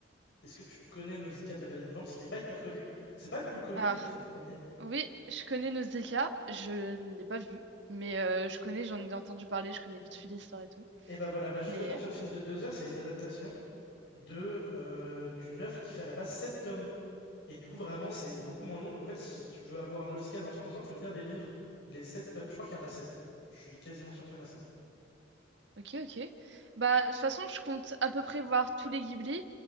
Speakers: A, on the left (about 65°); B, on the right (about 70°).
A: Est-ce que tu connais Nausicaa de la vallée du vent? Parce qu'il n'est pas hyper connu. C'est pas le plus connu
B: Alors,
A: vu que c'est le premier.
B: oui, je connais Nausicaa, je ne l'ai pas vu, mais euh, je connais, j'en ai entendu parler, je connais vite fait l'histoire et tout.
A: Et bah voilà, bah justement
B: mais
A: ce film de deux heures c'est une adaptation de, euh, d'une œuvre qui fait à la base sept tomes. Et du coup, vraiment, c'est beaucoup moins long. Donc, en fait, si tu veux avoir Nausicaa dans son ensemble, faut lire les livres, les sept tomes. Je crois qu'il y en a sept Je suis quasiment sûr qu'il y en a sept
B: Ok, ok. Bah, de toute façon, je compte à peu près voir tous les Ghibli.